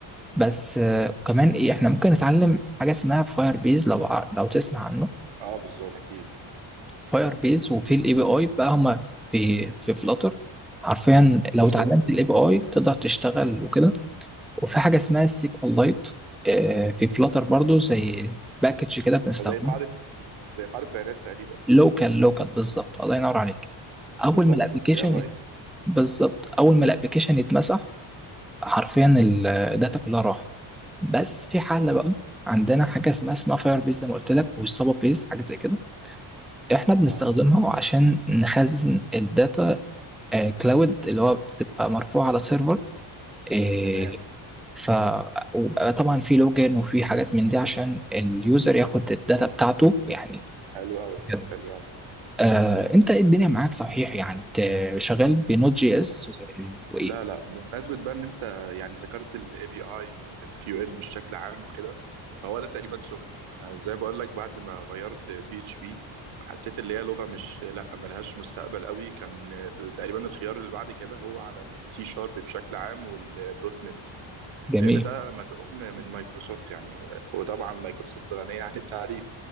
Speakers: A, in the centre; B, on the right.
A: بس آه، وكمان ايه احنا ممكن نتعلم حاجه اسمها فاير بيز لو ع- لو تسمع عنه
B: اه بالظبط اكيد
A: فاير بيز وفي الاي بي اي بقى هما في في فلاتر حرفيا لو
B: بالظبط
A: اتعلمت الاي بي اي تقدر تشتغل وكده وفي حاجه اسمها السيكوال لايت في فلاتر برضو زي باكج كده بنستخدمه
B: زي قاعدة زي قاعدة بيانات تقريبا
A: لوكال لوكال بالظبط الله ينور عليك اول
B: بالظبط
A: ما الابلكيشن
B: بس هي لايت
A: بالظبط اول ما الابلكيشن يتمسح حرفيا الداتا كلها راحت بس في حل
B: اه
A: بقى مم. عندنا حاجه اسمها اسمها فاير بيز زي ما قلت لك والسابا بيز حاجه زي كده احنا بنستخدمها
B: اه
A: عشان نخزن الداتا كلاود اللي هو بتبقى مرفوعه على سيرفر آه،
B: تمام
A: ف وبقى طبعا في لوجن وفي حاجات من دي عشان اليوزر ياخد الداتا بتاعته يعني
B: حلو قوي
A: كده.
B: حلو
A: آه، انت إيه الدنيا معاك صحيح يعني انت شغال بنوت جي اس
B: قوي
A: و- وايه
B: لا لا بمناسبة بقى ان انت يعني ذكرت الاي بي اي واس كيو ال بشكل عام وكده فهو ده تقريبا شغلي انا زي بقول لك بعد ما غيرت بي اتش بي حسيت اللي هي لغة مش لا ملهاش مستقبل قوي كان تقريبا الخيار اللي بعد كده هو على السي شارب بشكل عام والدوت نت
A: جميل
B: لان ده مدعوم من مايكروسوفت يعني وطبعا مايكروسوفت غنية عن التعريف